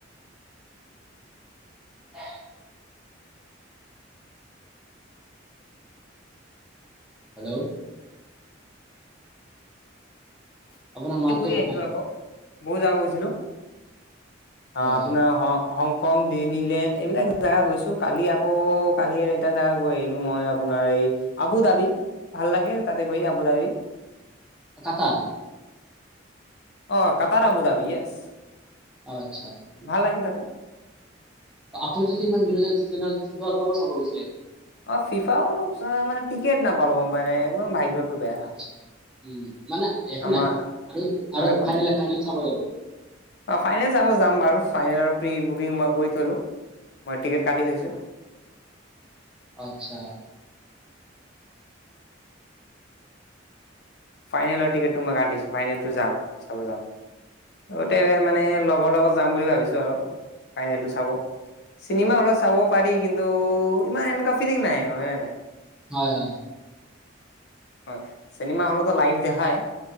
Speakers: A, in the centre; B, on the left.
A: <unintelligible> হেল্ল'? আপোনাৰ মাতটো
B: ফুৰি
A: অহা
B: আহিছোঁ
A: নাই
B: আকৌ। বহুত জাগা গৈছিলোঁ।
A: হয়
B: অ'! আপোনাৰ
A: হয়
B: হংকং, ডিনীলেণ্ড, এইবিলাক জেগা গৈছোঁ। কালি আকৌ, কালি এটা জেগা গৈ আহিলোঁ মই। আপোনাৰ এই, আবু ধাবি, ভাল লাগে! তাতে গৈ আবু ধাবি।
A: কাতাৰ?
B: অ'! কাতাৰা আবুধাবি। য়েছ!
A: আচ্ছা!
B: ভাল লাগিল তাতে।
A: আপুনি যদি ইমান <unintelligible> চাব গৈছিলে?
B: অ'! ফিফাও অলপ চাওঁ মানে, টিকেট নাপালোঁ, গম পাইনে? একদম ভাগ্যটো বেয়া!
A: আচ্ছা উম! মানে, একো
B: আমাৰ
A: নাই। আৰু,
B: অ
A: আৰু--ফাইনেল,
B: একো নাই
A: ফাইনেল চাব যাব।
B: অ'! ফাইনেল চাব যাম বাৰু। ফাইনেলৰ প্ৰি বুকিং মই কৰি থ'লো। মই টিকেট কাটি থৈছোঁ।
A: আচ্ছা!
B: ফাইনেলৰ টিকেটটো মই কাটিছো। ফাইনেলটো যাম, চাব যাম। আগতে মানে, লগৰ লগত যাম বুলি ভাবিছোঁ আৰু! ফাইনেলটো চাব। চিনেমা হলত চাব পাৰি! কিন্তু, ইমান এনেকুৱা ফিলিং নাই, হয়নে নাই?
A: হয়, হয়!
B: হয়! চিনেমা হলতো লাইভ দেখাই।